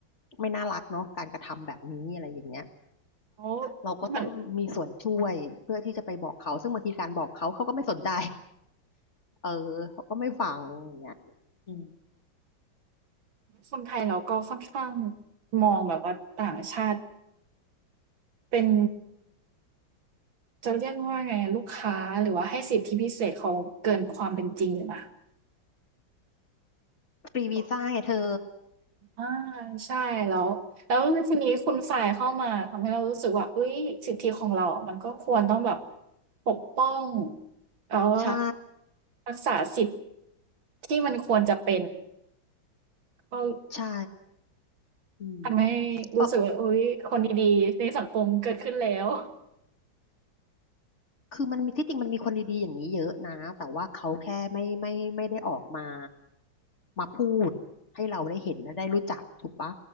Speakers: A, on the left (about 35°); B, on the right (about 70°).
A: ไม่น่ารักเนาะการกระทำแบบนี้อะไรอย่างเงี้ย
B: แล้ว
A: เราก็ต้องมีส่วนช่วยเพื่อที่จะไปบอกเขาซึ่งบางทีการบอกเขาเขาก็ไม่สนใจ
B: เหมือน
A: เออเขาก็ไม่ฟังอย่างเงี้ยอืม
B: คนไทยเราก็ค่อนข้างมองแบบว่าต่างชาติเป็นจะเรียกว่าไงลูกค้าหรือว่าให้สิทธิพิเศษเขาเกินความเป็นจริงอยู่นะ
A: ฟรีวีซ่าไงเธอ
B: ตรงนั้นอาใช่แล้วแล้วทีนี้คุณฝ่ายเข้ามาทำให้เรารู้สึกว่าเฮ้ยสิทธิของเราอะมันก็ควรต้องแบบปกป้องแล้วว่า
A: ใช่
B: รักษาสิทธิ์ที่มันควรจะเป็นก็
A: ใช่อืม
B: ทำให้รู้สึกว่าอุ๊ยคนดีๆในสังคมเกิดขึ้นแล้ว
A: ปะคือมันมีที่จริงมันมีคนดีๆอย่างนี้เยอะนะ แต่ว่าเขาแค่ไม่ไม่ไม่ได้ออกมา มาพูดให้เราได้เห็นและได้รู้จักถูกปะ